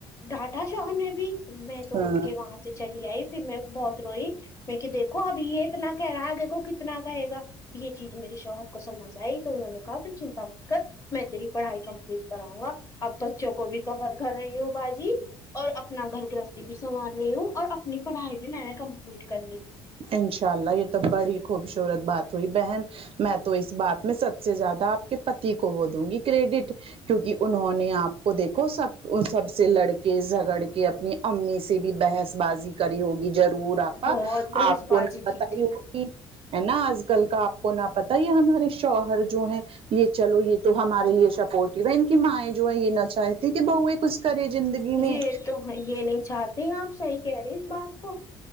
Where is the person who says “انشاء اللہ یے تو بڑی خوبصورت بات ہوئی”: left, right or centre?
Right